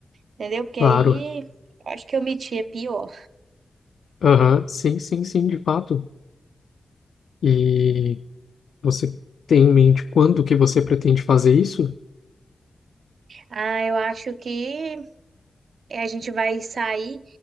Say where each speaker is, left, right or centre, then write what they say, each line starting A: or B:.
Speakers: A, on the right; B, on the left.
A: entendeu? Porque
B: Claro.
A: aí, acho que omitir é pior.
B: Aham, Sim, sim, sim, de fato. E você tem em mente quando que você pretende fazer isso?
A: Ah, eu acho que É, a gente vai sair